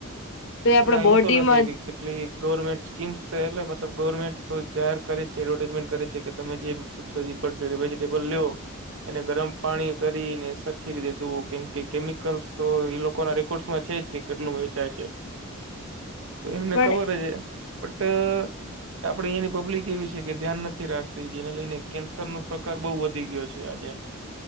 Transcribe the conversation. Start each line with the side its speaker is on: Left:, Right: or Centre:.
Left: તો એ આપડ
Right: ના એવું
Left: બોડીમાં
Right: તો નથી કે કેટલી ગવર્મેન્ટ સ્કીમ્સ છે એટલે ગવર્મેન્ટ તો જાહેર કરે છે એડવર્ટાઈઝમેન્ટ કરે છે કે તમે જે ફ્રૂટ્સ વેજીિટેબલ લયો એને ગરમ પાણી કરીને સરખી રીતે ધુવો કેમ કે કેમિકલ્સ તો ઈ લોકો ના રેકોર્ડમાં છે જ કે કેટલું વેંચાય છે તો એમને
Left: પણ
Right: ખબર છે બટ આપણેે અહીંયાની પબ્લિક એવી છે કે ધ્યાન નથી રાખતી જેને લઈને કેન્સર ન પ્રકાર બહુ વધી ગયો છે આજે